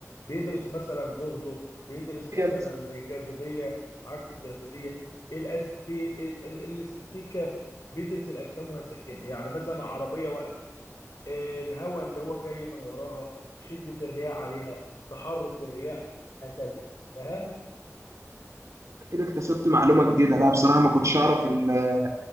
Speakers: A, on the left; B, on the right.
A: بيدرس مثلا جهده بيدرس
B: كده
A: مثلا الجاذبيه عكس الجاذبيه الاست... ال... ال... الاستاتيكا بيدرس الاجسام وهي ساكنه يعني مثلا العربيه واقفه آه، الهواء اللي هو جاي من وراها شده الرياح عليها تحرك الرياح هكذا فاهم
B: كده اكتسبت معلومة جديدة لا بصراحة ما كنتش اعرف ال-